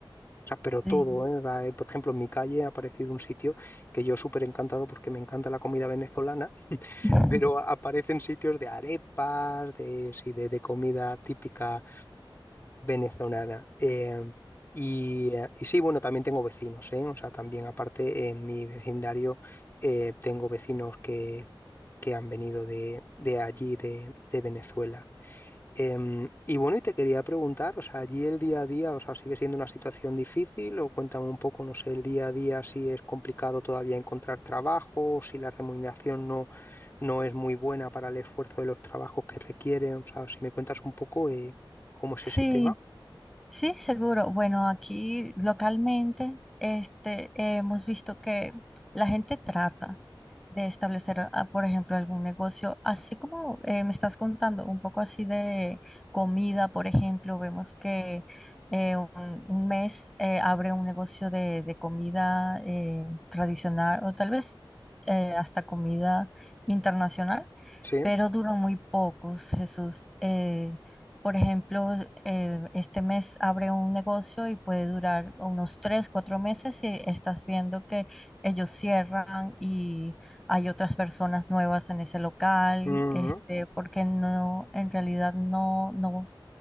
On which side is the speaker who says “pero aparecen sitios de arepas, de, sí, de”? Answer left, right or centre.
Left